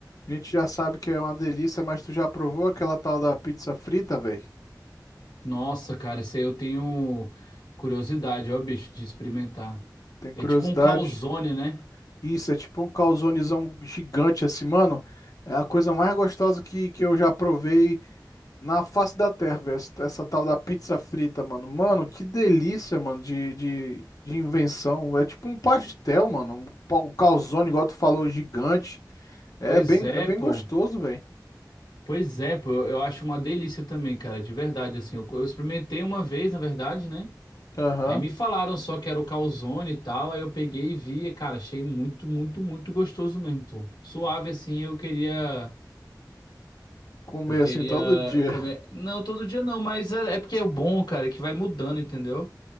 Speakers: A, on the left (about 55°); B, on the left (about 75°).
A: a gente já sabe que é uma delícia, mas tu já provou aquela tal da pizza frita, velho?
B: Nossa, cara, isso aí eu tenho curiosidade, ó, bicho, de experimentar.
A: Tem curiosidade?
B: É tipo um calzone, né?
A: Isso, é tipo um calzonezão gigante assim, mano. É a coisa mais gostosa que, que eu já provei. Na face da terra, velho, essa essa tal da pizza frita, mano. Mano, que delícia, mano, de, de, de invenção. É tipo um pastel, mano. Um pa- um calzone, igual tu falou, gigante. É
B: Pois
A: bem,
B: é,
A: é bem
B: pô.
A: gostoso, velho.
B: Pois é, pô. Eu, eu acho uma delícia também, cara, de verdade, assim. Eu, eu experimentei uma vez, na verdade, né?
A: Aham.
B: Aí me falaram só que era o calzone e tal, aí eu peguei e vi, e, cara, achei muito, muito, muito gostoso mesmo, pô. Suave, assim, eu queria...
A: Comer
B: Eu queria
A: assim todo dia.
B: comer... Não, todo dia não, mas é, é porque é bom, cara, é que vai mudando, entendeu?